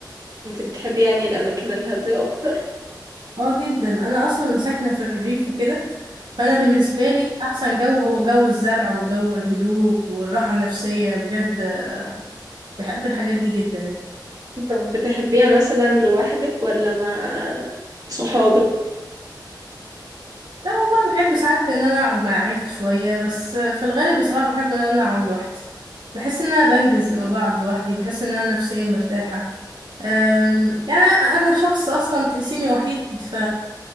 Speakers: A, on the right; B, on the right.
A: انت بتحبي يعني الأماكن الهادية أكتر؟
B: اه جدا انا اصلا ساكنه في الريف وكده فانا بالنسبه
A: مم.
B: لي احسن جو هو جو الزرع وجو الهدوء والراحه النفسيه بجد آه، بحب الحاجات دي جدا يعني
A: طب بتحبيها مثلا لوحدك ولا مع صحابك؟
B: لا والله بحب ساعات ان انا اقعد مع عيلتي شويه بس آه، في الغالب بصراحه بحب ان انا اقعد لوحدي بحس ان انا بنجز لما بقعد لوحدي بحس ان انا نفسيا مرتاحه أم، يعني انا شخص اصلا تحسيني وحيد ف